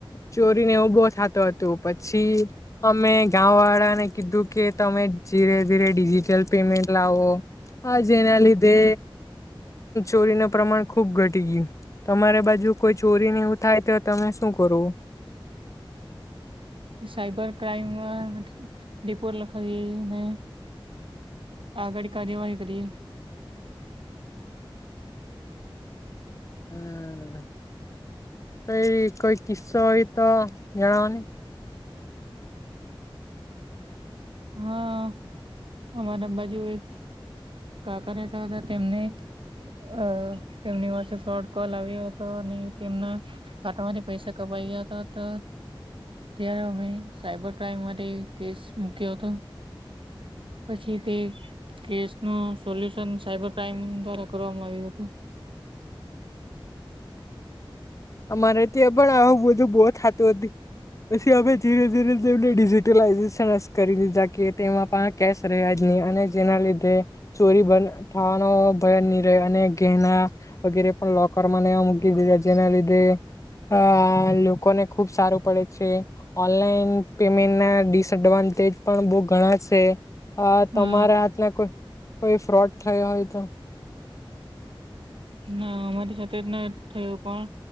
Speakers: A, on the left; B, on the right.
A: ચોરી ને એવું બો થતો. તો પછી અમે ગાવ વાળાને કીધું કે તમે ધીરે ધીરે ડિજિટલ પેમેન્ટ લાવો આ જેના લીધે તે ચોરી ન પ્રમાણ ખુબ ઘટી ગયું તમારી બાજુ કોઈ ચોરી ને એવુ થાય તો તમે શું કરો?
B: સાયબર ક્રાઈમમાં રિપોર્ટ લખાવીને આગળ કાર્યવાહી કરીએ.
A: હમ કઈ કોઈ કસ હોય <unintelligible> જણાવ ન
B: હા અમારા બાજુ એક કાકા રહેતા હતા તેમને અ તેમની પાસે ફ્રોડ કોલ આવ્યો હતો અને તેમના ખાતામાંથી પૈસા કપાવ્યા હતા હતા ત્યારે અમે સાયબર ક્રાઈમ માટે કેસ હતો પછી તે કેસ ન સોલ્યુશન સાયબર ક્રાઈમ દ્વારા કરવામાં આવ્યું હતું.
A: અમારે ત્યાં પણ આવું બધું બહ થતું હત પછી અ ધીરે ધીરેને ડિજટલાઈઝેશન કરી દીધા કે તેમાં પણ કેશ રહ્યા જ નહી અને જેના લીધે ચોરી થવાનો ભય નહી રહે અને ઘેના વગેરે પણ લોકરમાં મૂકી દીધા જેના લીધે અ લોકોને ખુબ સારું પડે છે ઓનલાઈન પેમેન્ટ ના દિસ એડવાન્ટેજ પણ બહ ઘણા છે. હ તમારા
B: અ
A: હાથમાં કોઈ કોઈ ફ્રોડ થયો હોય તો.
B: ના અમારી સાથે જ ન થયું પણ